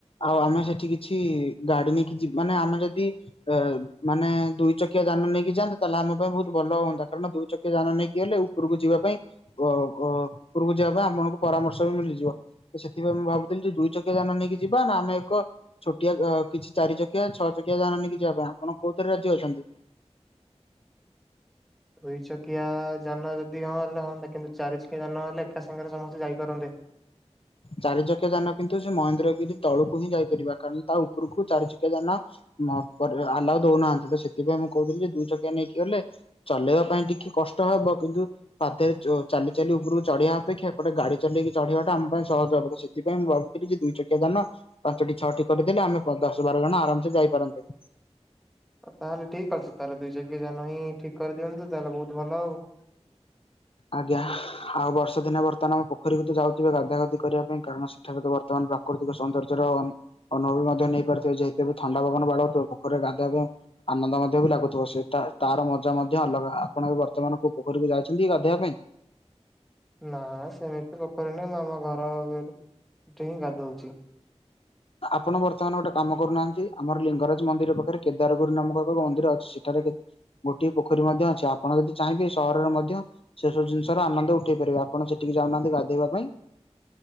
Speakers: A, on the left; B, in the centre.
A: ଆଉ ଆମେ ସେଠି କିଛି ଗାଡି ନେଇକି ଯିବ ମାନେ ଆମେ ଯଦି ଅ ମାନେ ଦୁଇ ଚକିଆ ଯାନ ନେଇକି ଯାଆନ୍ତେ ତାହେଲେ ଆମ ପାଇଁ ବହୁତ ଭଲ ହୁଅନ୍ତା କାରଣ ଦୁଇ ଚକିଆ ଯାନ ନେଇକି ଗଲେ ଉପରକୁ ଯିବା ପାଇଁ କ କ ଉପରକୁ ଯିବା ପାଇଁ ଆପଣଙ୍କୁ ପରାମର୍ଶ ବି ମିଳିଯିବ। ତ ସେଥିପାଇଁ ମୁଁ ଭାବୁଥିଲି ଦୁଇ ଚକି କିଆ ଯାନ ନେଇକି ଯିବା ନା ଆମେ ଏକ ଛୋଟିଆ ଅ କିଛି ଚାରି ଚକିଆ ଚକିଆ ଛଅ ଚକିଆ ଜାନ ନେଇକି ଯିବା ପାଇଁ। ଆପଣ କୋଉ ଥରେ ରାଜି ଅଛନ୍ତି?
B: ଦୁଇ ଚକିଆ ଯାନ ଯଦି ହଁ ହେଲେ ହଅନ୍ତା। କିନ୍ତୁ ଚାରି ଚକିଆ ଯାନ ହେଲେ ଏକା ସାଙ୍ଗରେ ସମସ୍ତେ ଯାଇପାରନ୍ତେ।
A: ଚାରି ଚକିଆ ଯାନ କିନ୍ତୁ ସେ ମହେନ୍ଦ୍ରଗିରି ତଳକୁ ହିଁ ଯାଇପାରିବା କାରଣ ତା ଉପରକୁ ଚାରି ଚକିଆ ଯାନ ମ ପ ଆଲାଓ ଦଉନାହାନ୍ତି ତ ସେଥିପାଇଁ ମୁଁ କହୁଥିଲି ଦୁଇ ଚକିଆ ନେଇକି ଗଲେ ଚଲେଇବା ପାଇଁ ଟିକେ କଷ୍ଟ ହବ କିନ୍ତୁ ପାଦରେ ଅ ଚାଲି ଚାଲି ଉପରକୁ ଚଢେଇବା ଅପେକ୍ଷା ଏପଟେ ଗାଡି ଚଲେଇକି ଚଢ଼ିବା। ପାଇଁ ସହଜ ହେବ ସେଥିପାଇଁ ମୁଁ ଭାବୁଥିଲି ଯେ ଦୁଇ ଚକିଆ ଯାନ ପାଞ୍ଚଟି ଛଅଟି କରିଦେଲେ ଆମେ ପ ଦଶ ବାର ଜଣ ଆରାମସେ ଯାଇପାରନ୍ତେ।
B: ତାହଲେ ଠିକ୍ ଅଛି ତାହେଲେ ଦୁଇ ଚକିଆ ଯାନ ହିଁ ଠିକ କରିଦିଅନ୍ତୁ ତାହେଲେ ବହୁତ ଭଲ ହେବ।
A: ଆଜ୍ଞା ଆଉ ବର୍ଷା ଦିନ ବର୍ତ୍ତମାନ ଆମ ପୋଖରୀକୁ ତ ଯାଉଥିବେ ଗାଧା ଗାଧି କରିବା ପାଇଁ କାରଣ ସେଠାରେ ତ ବର୍ତ୍ତମାନ ପ୍ରାକୃତିକ ସୌନ୍ଦର୍ଯ୍ୟର ଅନ୍ ଅନୁଭବ ମଧ୍ୟ ନେଇପାରୁଥିବେ ଯେହେତୁ ଥଣ୍ଡା ପବନ ବାଡଉଥିବ। ପୋଖରିରେ ଗାଧୋଇବା ପାଇଁ ଆନନ୍ଦ ମଧ୍ୟ ବି ଲାଗୁଥିବ, ସେ ତାର ମଜା ମଧ୍ୟ ଅଲଗା ଆପଣ ବି ବର୍ତ୍ତମାନ ପୋଖରୀକୁ ଯାଇଚନ୍ତି ଗାଧୋଇବା ପାଇଁ?
B: ନା ସେମିତି ପୋଖରୀ ନାହିଁ ମୁଁ ଆମ ଘରଆଗେ ଏଠି ହିଁ ଗାଧଉଚି।
A: ଆପଣ ବର୍ତ୍ତମାନ ଗୋଟେ କାମ କରୁନାହାନ୍ତି ଆମର ଲିଙ୍ଗରାଜ ମନ୍ଦିର ପାଖରେ କେଦାରଗଉରି ନାମକ ଏକ ମନ୍ଦିର ଅଛି ସେଠାରେ ବେ ଗୋଟିଏ ପୋଖରୀ ମଧ୍ୟ ଅଛି ଆପଣ ଯଦି ଚାହିଁବେ ସହରରେ ମଧ୍ୟ ସେ ସବୁ ଜିନିଷର ଆନନ୍ଦ ଉଠେଇ ପାରିବେ ଆପଣ ସେଠିକି ଯାଉନାହାନ୍ତି ଗାଧେଇବା ପାଇଁ।